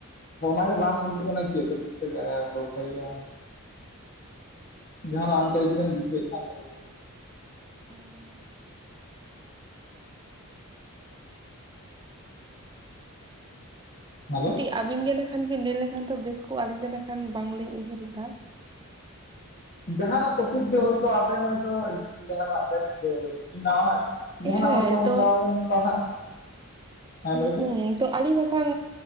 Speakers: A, on the left (about 40°); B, on the right (about 20°).
A: ᱫᱚ ᱚᱱᱟᱜᱮ ᱵᱟᱝ ᱵᱩᱡᱩ ᱠᱟᱱᱟ ᱪᱮᱜ ᱴᱚᱯᱤᱠ ᱛᱮ ᱜᱮᱸ ᱜᱚᱞᱯᱷᱚ ᱭᱩᱜᱼᱟ? ᱡᱟᱦᱟᱱᱟᱜ ᱚᱝᱠᱟ ᱡᱩᱫᱤ ᱵᱮᱱ ᱫᱤᱥᱟᱹᱭᱮᱜ ᱠᱷᱟᱱ ᱞᱮᱭ ᱵᱮᱱ?
B: ᱮᱸᱭᱤᱜ
A: ᱦᱮᱞᱳ
B: ᱠᱟᱹᱴᱤᱡ ᱟᱵᱤᱱ ᱜᱮ ᱮᱱᱟᱠᱷᱟᱱ ᱵᱤᱱ ᱞᱟᱹᱭ ᱞᱮᱠᱷᱟᱱ ᱛᱚ ᱵᱮᱥ ᱠᱚᱜ-ᱟ, ᱟᱹᱞᱤᱧ ᱫᱚ ᱱᱟᱠᱷᱟᱱ ᱵᱟᱝᱞᱤᱧ ᱩᱭᱦᱟᱹᱨ ᱫᱟ᱾
A: ᱡᱟᱦᱟᱸᱱᱟᱜ ᱴᱚᱯᱤᱠ ᱜᱮ ᱦᱳᱭᱛᱳ ᱟᱵᱮᱱ ᱦᱚᱭᱛᱳᱼᱼ ᱡᱟᱦᱟᱱᱟᱜ ᱵᱮᱱ ᱤᱭᱟᱹᱣ ᱠᱟᱫᱟ ᱛᱦᱤᱧ <unintelligible> ᱱᱟᱣᱟᱱᱟᱜ
B: ᱦᱮᱸ
A: ᱡᱟᱦᱟᱸᱱᱟᱜ ᱦᱚᱭᱛᱳ ᱚᱱᱠᱟ
B: ᱛᱚ
A: ᱵᱮᱱ ᱯᱟᱲᱦᱟᱜ ᱞᱟᱹᱭ
B: ᱦᱮᱸ
A: ᱵᱮᱱ
B: ᱛᱚ ᱟᱹᱞᱤᱧ ᱱᱟᱠᱷᱟᱱ